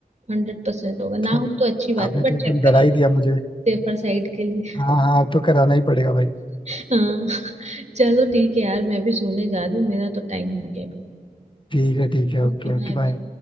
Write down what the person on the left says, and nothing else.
<laughs>
आपने
तो
एकदम
डरा
ही दिया मुझे
हाँ हाँ अब तो कराना ही पड़ेगा भाई
ठीक है ठीक है Okay
okay
bye